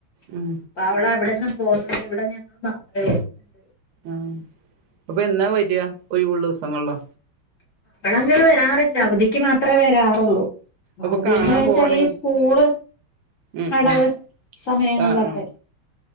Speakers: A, on the right; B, on the left.
A: ഉം
B: അപ്പൊ അവള് അവിടെന്ന് പോകുന്നുണ്ട് ഇവിടെ ഞങ്ങൾ മാത്രെ ഉള്ളു
A: ആഹ് അപ്പൊ എന്നാ വരിയാ ഒിഴിവുള്ള ദിവസങ്ങളിലൊ
B: അവളങ്ങനെ വരാറില്ല അവധിക്ക് മാത്രം ത്രെ വരാറുള്ളൂ
A: അപ്പൊ
B: അവധിന്ന്
A: കാണാൻ
B: വെച്ചാല്
A: പോവണെങ്കി
B: ഈ സ്കൂള്
A: ഉം
B: അടവ്
A: ഉം
B: സമയങ്ങളിലൊക്കെ
A: ആഹ് ആഹ്